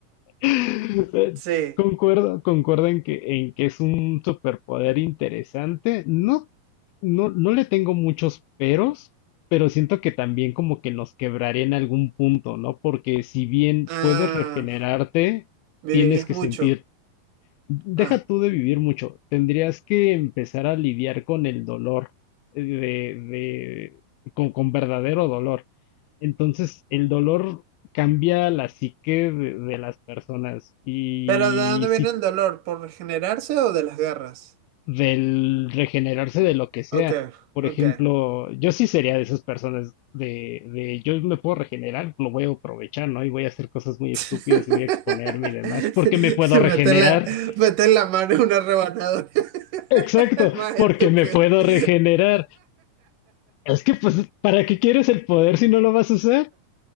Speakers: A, on the left; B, on the right.
A: <laughs> Eh,
B: Sí.
A: Concuerdo, concuerdo en que, en que es un superpoder interesante. No, no, no le tengo muchos peros, pero siento que también como que nos quebraría en algún punto, ¿no? Porque si bien
B: Ah,
A: puedes regenerarte,
B: vivirías
A: tienes que
B: mucho.
A: sentir Deja
B: Ah,
A: tú de vivir mucho, tendrías que empezar a lidiar con el dolor, eh, de, de- con, con verdadero dolor. Entonces, el dolor cambia la psique de, de las personas y
B: Pero ¿de dónde viene
A: si
B: el dolor? ¿Por regenerarse o de las garras?
A: del regenerarse de lo que sea.
B: Ok,
A: Por
B: ok.
A: ejemplo, yo sí sería de esas personas de, de yo me puedo regenerar, lo voy a aprovechar, ¿no? Y voy a hacer cosas muy
B: <laughs>
A: estúpidas y voy a exponerme y demás, porque me puedo regenerar.
B: Mete la, mete la mano en una rebanadora. <laughs>
A: Exacto,
B: El más estúpido.
A: porque me puedo
B: <laughs>
A: regenerar. Es que, pues, ¿para qué quieres el poder si no lo vas a usar?